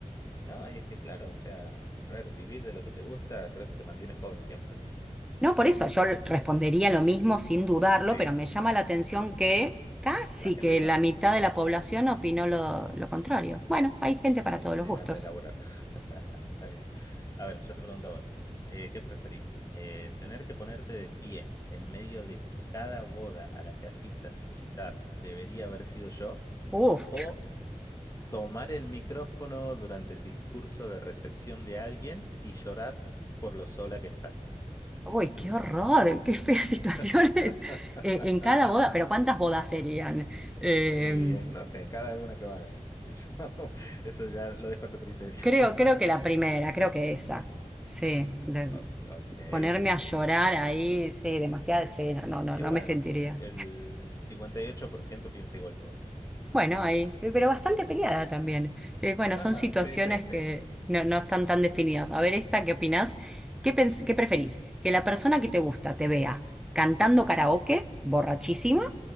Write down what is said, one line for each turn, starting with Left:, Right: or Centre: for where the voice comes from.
Left: Y No, y es que claro, o sea, a ver, vivir de lo que te gusta, creo que te mantienes joven siempre, ¿no?
Centre: No, por eso yo respondería lo mismo sin dudarlo,
Left: Sí,
Centre: pero me llama la atención que casi
Left: la gente
Centre: que
Left: que
Centre: la
Left: no,
Centre: mitad de la población opinó lo, lo contrario. Bueno, hay gente para todos
Left: no
Centre: los
Left: tiene
Centre: gustos.
Left: ganas de laburar. <laughs> Está bien. A ver, yo te pregunto a vos, eh, ¿qué preferís? Eh, ¿tener que ponerte de pie en medio de cada boda a la que asistas y gritar, debería haber sido yo?
Centre: Uf,
Left: ¿O tomar el micrófono durante el discurso de recepción de alguien y llorar por lo sola que estás.
Centre: uy, qué horror, <laughs> qué feas
Left: <laughs>
Centre: situaciones <laughs> Eh, en cada boda, pero ¿cuántas bodas serían? Eh,
Left: Y eh, no sé, en cada una que vayas, qué sé yo. <laughs> Eso ya lo dejo a tu criterio.
Centre: creo,
Left: <laughs>
Centre: creo que la primera, creo que esa. Sí, de-
Left: O- Ok,
Centre: ponerme a llorar
Left: ok, ok.
Centre: ahí, sí, demasiada escena, no, no,
Left: Y
Centre: no
Left: bueno,
Centre: me sentiría.
Left: el 58% piensa igual que vos.
Centre: Bueno, ahí, pero bastante peleada también. Eh, bueno,
Left: Ajá,
Centre: son situaciones
Left: sí, sí, sí.
Centre: que no, no están tan definidas. A ver, esta, ¿qué opinás? ¿Qué, pens- qué preferís? ¿Que la persona que te gusta te vea cantando karaoke, borrachísima,
Left: Ujú,